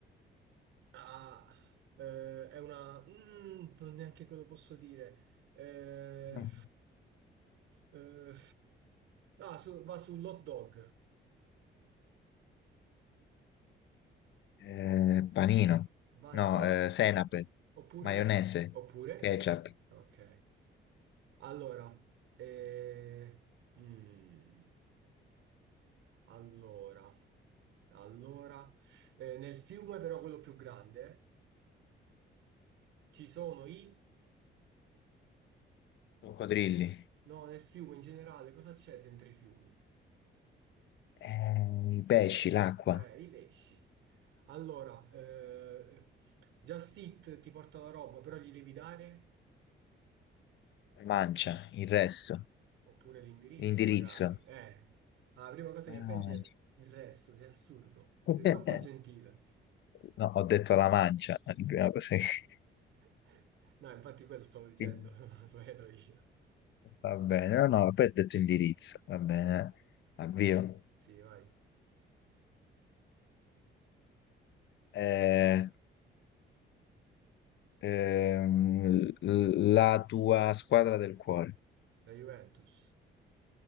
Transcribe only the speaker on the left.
Mm.
Eh, panino,
no,
eh, senape,
maionese,
ketchup,
coccodrilli,
eh, i pesci, l'acqua,
mancia, il resto,
l'indirizzo.
Ah,
<laughs>
No, ho detto la mancia, è la prima cosa che... <laughs>
quindi-
Va bene, no, no, poi ho detto indirizzo, va bene, eh. avvio.
Eh, ehm, l- la tua squadra del cuore,